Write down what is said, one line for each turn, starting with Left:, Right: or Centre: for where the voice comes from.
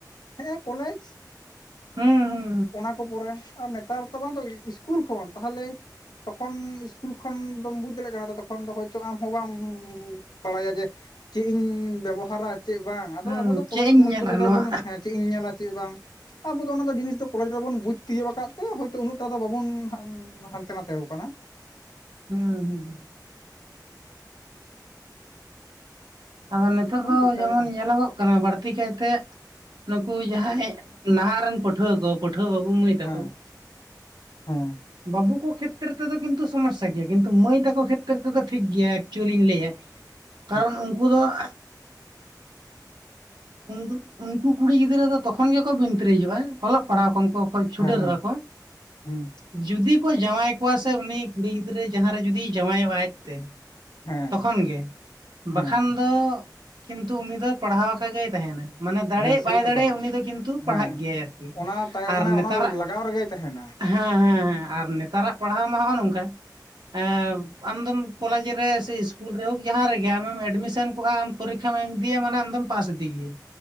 Left: ᱦᱮᱸᱜ-ᱮ ᱠᱚᱞᱮᱡᱽ
Right: ᱦᱩᱸ ᱦᱩᱸ
Left: ᱚᱱᱟ ᱠᱚ ᱯᱚᱨᱮ᱾ ᱟᱨ ᱱᱮᱛᱟᱨ ᱛᱚ ᱵᱟᱝ ᱫᱚ ᱤᱥᱠᱩᱞ ᱠᱷᱚᱱ ᱛᱟᱦᱚᱞᱮ ᱛᱚᱠᱷᱚᱱ ᱤᱥᱠᱩᱞ ᱠᱷᱚᱱ ᱫᱚᱢ ᱵᱩᱡᱽ ᱫᱟᱲᱮᱜ ᱠᱟ ᱱᱟ ᱛᱚᱠᱷᱚᱱ ᱫᱚ ᱦᱚᱭᱛᱚ ᱟᱢ ᱦᱚᱸ ᱵᱟᱢ ᱵᱟᱲᱟᱭᱟ ᱡᱮ ᱪᱮᱜ ᱤᱧ ᱵᱮᱵᱚᱦᱟᱨᱟ᱾ ᱪᱮᱫ ᱵᱟᱝ ᱟᱫᱚ
Right: ᱦᱩᱸ
Left: ᱟᱵᱚ
Right: ᱦᱩᱸ
Left: ᱫᱚ ᱠᱚᱞᱮᱡᱽ
Right: ᱪᱮᱫ ᱤᱧ
Left: ᱦᱚᱭᱛᱚᱨᱮ
Right: ᱧᱮᱞᱟ
Left: ᱫᱚ
Right: ᱱᱚᱣᱟ
Left: ᱵᱚᱱ ᱦᱮᱸᱪ ᱪᱮᱫ ᱤᱧ ᱧᱮᱞᱟ ᱪᱮᱫ ᱵᱟᱝ᱾ ᱟᱵᱚ ᱫᱚ ᱚᱱᱟ ᱫᱚ ᱡᱤᱱᱤᱥ ᱫᱚ ᱠᱚᱞᱮᱡᱽ ᱨᱮᱵᱚᱱ ᱵᱩᱡᱽ ᱛᱤᱭᱳᱜ ᱟᱠᱟᱫ ᱛᱮ ᱦᱳᱭᱛᱚ ᱩᱱᱟᱹᱜ ᱴᱟ ᱫᱚ ᱵᱟᱵᱚᱱ <unintelligible> ᱦᱟᱱᱛᱮ ᱱᱟᱛᱮᱣ ᱠᱟᱱᱟ᱾
Right: ᱦᱩᱸ ᱦᱩᱸᱦᱩᱸ᱾ ᱟᱫᱚ ᱱᱤᱛᱷᱚᱜ
Left: ᱟᱫᱚᱢ
Right: ᱫᱚ
Left: ᱪᱤᱠᱟᱭᱟ
Right: ᱡᱮᱢᱚᱱ ᱧᱮᱞᱚᱜᱚᱜ ᱠᱟᱱᱟ ᱵᱟᱹᱲᱛᱤ ᱠᱟᱭᱛᱮ ᱱᱩᱠᱩ ᱡᱟᱦᱟᱸᱭ ᱱᱟᱦᱟᱜ ᱨᱮᱱ ᱯᱟᱹᱴᱷᱩᱣᱟᱹ ᱠᱚ ᱯᱟᱴᱷᱟᱹᱣᱟᱹ ᱵᱟᱹᱵᱩ ᱢᱟᱹᱭ ᱛᱟᱠᱚ᱾
Left: ᱦᱮᱸ ᱦᱮᱸ
Right: ᱵᱟᱹᱩ ᱠᱚ ᱠᱷᱮᱛᱨᱮ ᱛᱮᱫᱚ ᱠᱤᱱᱛᱩ ᱥᱚᱢᱚᱥᱥᱟ ᱜᱤᱭᱟ ᱠᱤᱱᱛᱩ ᱢᱟᱹᱭ ᱛᱟᱠᱚ ᱠᱷᱮᱛᱨᱮ ᱛᱮᱫᱚ ᱴᱷᱤᱠ ᱜᱤᱭᱟ ᱮᱠᱪᱩᱭᱮᱞᱤᱧ ᱞᱟᱹᱭᱟ᱾
Left: <inaudible>
Right: ᱠᱟᱨᱚᱱ ᱩᱱᱠᱩ ᱫᱚ-ᱼ ᱩᱱᱠᱩ ᱩᱱᱠᱩ ᱠᱩᱲᱤ ᱜᱤᱫᱽᱨᱟᱹ ᱫᱚ ᱛᱚᱠᱷᱚᱱ ᱜᱮᱠᱚ ᱵᱤᱱᱛᱤᱨᱤᱡᱚᱜᱼᱟ ᱚᱞᱚᱜ ᱯᱟᱲᱦᱟᱣ ᱠᱷᱚᱱ ᱠᱚ ᱠᱷᱚᱚᱭ ᱪᱷᱩᱰᱟᱹᱨᱚᱜ-ᱟ
Left: ᱦᱮᱸ ᱦᱮᱸ
Right: ᱠᱚ
Left: ᱦᱩᱸ
Right: ᱡᱩᱫᱤ ᱠᱚ ᱡᱟᱶᱟᱭ ᱠᱚᱣᱟ ᱥᱮ ᱩᱱᱤ ᱠᱩᱲᱤ ᱜᱤᱫᱽᱨᱟᱹ ᱡᱟᱦᱟᱸ ᱨᱮ ᱡᱩᱫᱤᱭ ᱡᱟᱶᱟᱭᱚᱜᱟᱭ ᱟᱡ ᱛᱮ
Left: ᱦᱮᱸ
Right: ᱛᱚᱠᱷᱚᱱ ᱜᱮ᱾
Left: ᱦᱮᱸ
Right: ᱵᱟᱠᱷᱟᱱ ᱫᱚ ᱠᱤᱱᱛᱩ ᱩᱱᱤ ᱫᱚᱭ ᱯᱟᱲᱦᱟᱣᱠᱟᱵ ᱜᱮ ᱛᱟᱦᱮᱱᱟᱭ᱾ ᱢᱟᱱᱮ ᱫᱟᱲᱮᱜ
Left: ᱦᱮᱸ ᱥᱮᱭᱛᱚ
Right: ᱵᱟᱭ ᱫᱟᱲᱮᱭᱮᱜ
Left: ᱠᱟᱱᱟ
Right: ᱩᱱᱤ ᱫᱚ ᱠᱤᱱᱛᱩ ᱯᱟᱲᱦᱟᱜ
Left: ᱦᱮᱸ
Right: ᱜᱮᱭᱟᱭ ᱟᱨᱠᱤ
Left: ᱚᱱᱟ ᱛᱟᱭᱚᱢ
Right: ᱟᱨ
Left: ᱢᱟᱱᱮ
Right: ᱱᱮᱛᱟᱨᱟᱜ
Left: ᱚᱱᱟ ᱞᱟᱜᱟᱣ ᱨᱮᱜᱮᱭ ᱛᱟᱦᱮᱱᱟ
Right: ᱦᱮᱸ ᱦᱮᱸ ᱦᱮᱸ ᱟᱨ ᱱᱮᱛᱟᱨᱟᱜ ᱯᱟᱲᱦᱟᱣ ᱢᱟ ᱦᱚᱸᱜ-ᱚ ᱱᱚᱝᱠᱟ᱾ <inaudible> ᱮᱸ ᱟᱢᱫᱚᱢ ᱠᱚᱞᱮᱡᱽ ᱨᱮ ᱥᱮ ᱤᱥᱠᱩᱞ ᱨᱮ ᱦᱳᱠ ᱡᱟᱦᱟᱸ ᱨᱮᱜᱮ ᱟᱢᱮᱢ ᱮᱰᱢᱤᱥᱮᱱ ᱠᱚᱜᱼᱟ ᱟᱢ᱾ ᱯᱚᱨᱤᱠᱠᱷᱟᱢ ᱮᱢ ᱤᱫᱤᱭᱟ ᱢᱟᱱᱮ ᱟᱢᱫᱚᱢ ᱯᱟᱥ ᱤᱫᱤᱜᱤᱭᱟ